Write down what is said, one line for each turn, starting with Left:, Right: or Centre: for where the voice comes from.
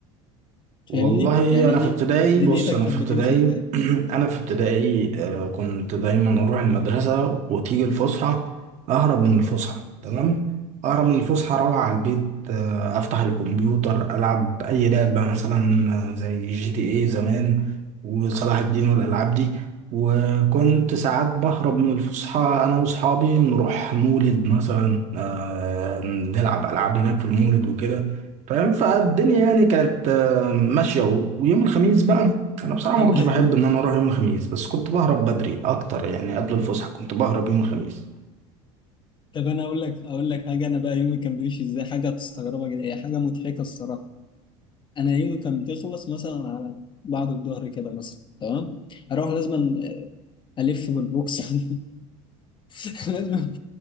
Left: فاهمني
Right: والله
Left: يعني
Right: انا
Left: ايه
Right: في ابتدائي
Left: دنيتك
Right: بص انا
Left: كانت
Right: في ابتدائي
Left: بتمشي ازاي
Right: <clears throat> انا في ابتدائي آه، كنت دايما اروح المدرسه وتيجي الفسحه اهرب من الفسحه تمام اهرب من الفسحه اروح على البيت آه، افتح الكمبيوتر العب اي لعبه مثلا آه، زي جي تي اي زمان وصلاح الدين والالعاب دي وكنت ساعات بهرب من الفسحه انا واصحابي نروح مولد مثلا آه، نلعب العاب هناك في المولد وكده فاهم فالدنيا يعني كانت ماشية و- ويوم الخميس بقى أنا بصراحة ما
Left: <laughs> ايوه
Right: كنتش بحب إن أنا أروح يوم الخميس بس كنت بهرب بدري أكتر يعني قبل الفسحة كنت بهرب يوم الخميس
Left: طب انا اقول لك اقول لك حاجة انا بقى يومي كان بيمشي ازاي حاجة تستغربها جدا هي حاجة مضحكة الصراحة انا يومي كان بيخلص مثلا على بعد الظهر كده مثلا تمام اروح لازما الف بالبوكس <laughs> <laughs> لازم